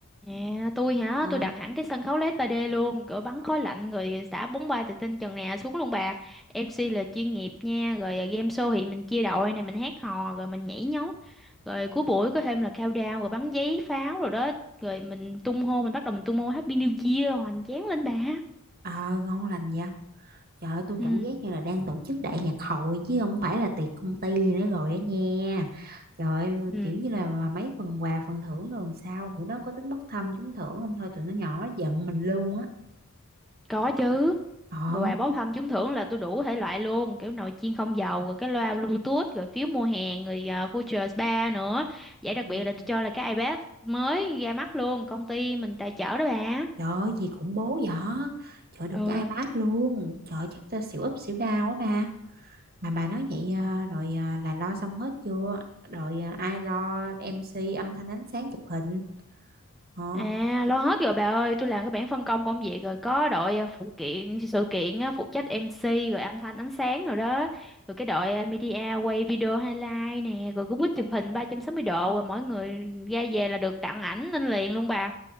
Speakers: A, in the centre; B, on the right (about 45°).
A: À, tôi hả?
B: Ờ,
A: Tôi đặt hẳn cái sân khấu LED 3D luôn, cửa bắn khói lạnh người xả bóng bay từ trên trần nè xuống luôn bà. MC là chuyên nghiệp nha, rồi à, game show thì mình chia đội này mình hát hò rồi mình nhảy nhót. Rồi cuối buổi có thêm là countdown rồi bắn giấy pháo rồi đó. Rồi mình tung hô mình bắt đầu mình tung hô Happy New Year rồi hoành tráng lên bà.
B: ờ ngon lành vậy Trời ơi, tôi
A: Ừ.
B: cảm giác như là đang tổ chức đại nhạc hội chứ không phải là tiệc công ty nữa rồi á nha. Trời ơi,
A: Ừ,
B: kiểu như là mấy phần quà phần thưởng rồi làm sao bữa đó có tính bốc thăm trúng thưởng không thôi tụi nó nhỏ nó giận mình luôn á.
A: có chứ.
B: Ờ.
A: quà bốc thăm trúng thưởng là tôi đủ thể loại luôn kiểu nồi chiên không dầu rồi cái loa Bluetooth rồi phiếu mua hàng rồi uh, voucher spa nữa giải đặc
B: ừ,
A: biệt là tôi cho là cái iPad mới ra mắt luôn công ty mình tài trợ đó bà
B: Trời ơi, gì khủng bố vậy? Trời ơi, được
A: ừ
B: cái iPad luôn. Trời ơi, chắc tôi xỉu úp xỉu đau á ba. Mà bà nói vậy à, rồi à, là lo xong hết chưa? Rồi à, ai lo em MC âm thanh ánh sáng chụp hình? Hả?
A: à lo hết rồi bà ơi tôi làm cái bảng phân công công việc rồi có đội ờ, phụ kiện sự kiện á, phụ trách MC rồi âm thanh ánh sáng rồi đó rồi cái đội ờ, media quay video highlight nè rồi cái bút chụp hình ba trăm sáu mươi độ rồi mỗi người ra về là được tặng ảnh lên liền luôn bà